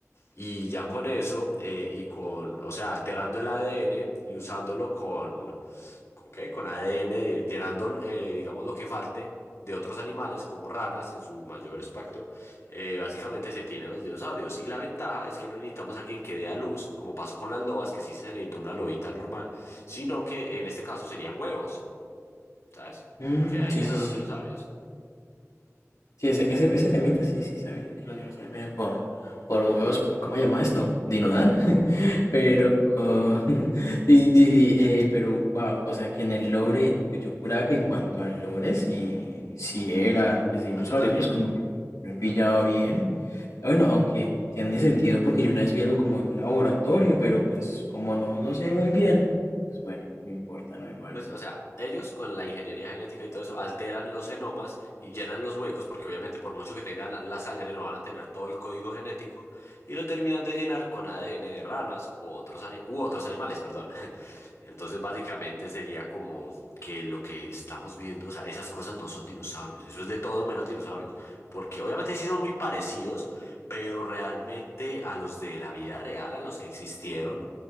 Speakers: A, on the left; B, on the left.
A: Y ya con eso, eh, y con, o sea, alterando el ADN y usándolo con, ¿con qué? Con ADN, de- llenando, eh, digamos, lo que falte de otros animales, como ranas en su mayor espectro, eh, básicamente se tienen los dinosaurios. Y la ventaja es que no necesitamos a alguien que dé a luz, como pasó con las lobas, que sí se necesitó una lobita normal, sino que en este caso serían huevos, ¿sabes?
B: Mm,
A: Porque de ahí
B: sí,
A: vienen
B: sí, sí.
A: los dinosaurios.
B: Sí, Sí, ese, ese, ese temita sí, sí sabía. Que los dinosaurios vienen por, por los huevos, por, ¿cómo se llama esto? ¿Dinodan? <laughs> Pero. <laughs> sí, sí, sí, eh, pero wow. O sea, que en el lore. Yo juraba que en cuanto al lore, sí, sí eran pues, dinosaurios.
A: No, yo también.
B: Pues como no he pillado bien. Bueno, aunque tiene sentido porque yo una vez vi algo como en un laboratorio, pero pues como no, no sé muy bien, pues bueno, no importa, no igual.
A: Pues, o sea, ellos con la ingeniería genética y todo eso alteran los genomas y llenan los huecos, porque obviamente por mucho que tengan la la sangre no van a tener todo el código genético, y lo terminan de llenar con ADN de ranas o otros ani- u otros animales, perdón. <laughs> Entonces, básicamente sería como que lo que estamos viendo, o sea, esas cosas no son dinosaurios, eso es de todo menos dinosaurios, porque obviamente sí son muy parecidos, pero realmente a los de la vida real, a los que existieron,